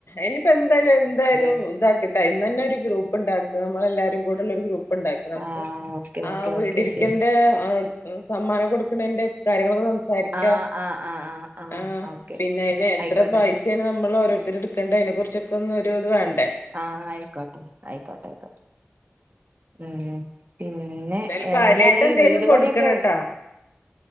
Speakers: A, on the left (about 70°); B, on the right (about 45°).
A: ഇനിപ്പോ എന്തായാലും എന്തായാലും
B: അതെ
A: ഇതാക്കി ഇന്നന്നെ ഒരു ഗ്രൂപ്പ് ഉണ്ടാക്കാ നമ്മളെല്ലാരും കൂടെള്ള ഒരു ഗ്രൂപ്പ് ണ്ടാക്ക നമുക്ക്
B: ആ ഓക്കെ
A: ആ
B: ഓക്കെ
A: വീടിരിക്കലിന്റെ
B: ഓക്കെ ശരി
A: സമ്മാനം കൊടുക്കണതിന്റെ കാര്യങ്ങളൊക്കെ സംസാരിക്ക
B: ആ ആ ആ
A: ആ
B: ഓക്കെ
A: പിന്നെ അയിന് എത്ര
B: ആയിക്കോട്ടെ
A: നമ്മൾ ഓരോരുതർ എടുക്കണ്ട അതിനെകുറിച്ചൊക്ക ഒന്നും ഇത് വണ്ട
B: ആഹ് ആയിക്കോട്ടെ ആയിക്കോട്ടെ ആയിക്കോട്ടെ ഉം പിന്നെ
A: എന്തായാലും
B: എന്തായി
A: കാര്യായിട്ട് എന്തേലും
B: വീട്
A: കൊടുക്കണംട്ടാ
B: പണിയൊക്കെ